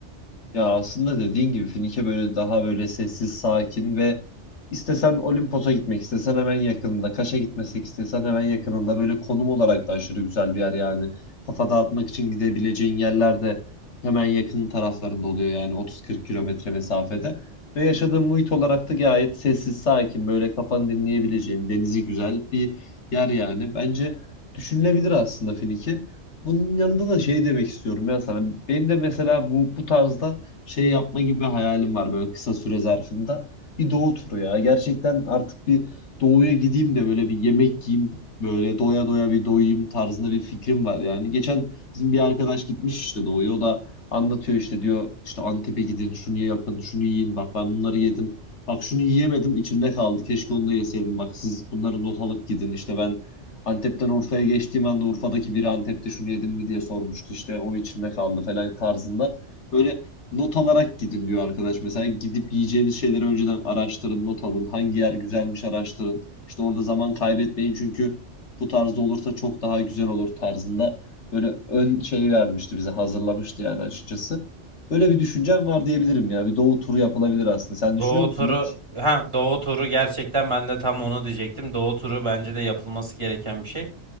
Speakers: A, on the left; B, on the right.
A: Ya aslında dediğin gibi Finike böyle daha böyle sessiz, sakin ve istesen Olimpos'a gitmek istesen hemen yakınında, Kaş'a gitmesek istesen hemen yakınında böyle konum olarak da aşırı güzel bir yer yani. Kafa dağıtmak için gidebileceğin yerler de hemen yakın taraflarında oluyor yani 30-40 kilometre mesafede. Ve yaşadığın muhit olarak da gayet sessiz, sakin böyle kafanı dinleyebileceğin, denizi güzel bir yer yani. Bence düşünülebilir aslında Finike. Bunun yanında da şey demek istiyorum ya sana. Benim de mesela bu bu tarzda şey yapma gibi bir hayalim var böyle kısa süre zarfında. Bir doğu turu ya. Gerçekten artık bir doğuya gideyim de böyle bir yemek yiyeyim. Böyle doya doya bir doyayım tarzında bir fikrim var yani. Geçen bizim bir arkadaş gitmiş işte doğuya. O da anlatıyor işte diyor işte Antep'e gidin şunu yapın şunu yiyin bak ben bunları yedim. Bak şunu yiyemedim içimde kaldı. Keşke onu da yeseydim. Bak siz bunları not alıp gidin. İşte ben Antep'ten Urfa'ya geçtiğim anda Urfa'daki biri Antep'te şunu yedim mi diye sormuştu. İşte o içimde kaldı falan tarzında. Böyle not alarak gidin diyor arkadaş. Mesela gidip yiyeceğiniz şeyleri önceden araştırın, not alın. Hangi yer güzelmiş araştırın. İşte orada zaman kaybetmeyin çünkü bu tarzda olursa çok daha güzel olur tarzında. Böyle ön şey vermişti bize, hazırlamıştı yani açıkçası. Böyle bir düşüncem var diyebilirim ya. Bir doğu turu yapılabilir aslında. Sen düşünüyor
B: Doğu
A: musun
B: turu,
A: hiç?
B: ha Doğu turu gerçekten ben de tam onu diyecektim. Doğu turu bence de yapılması gereken bir şey.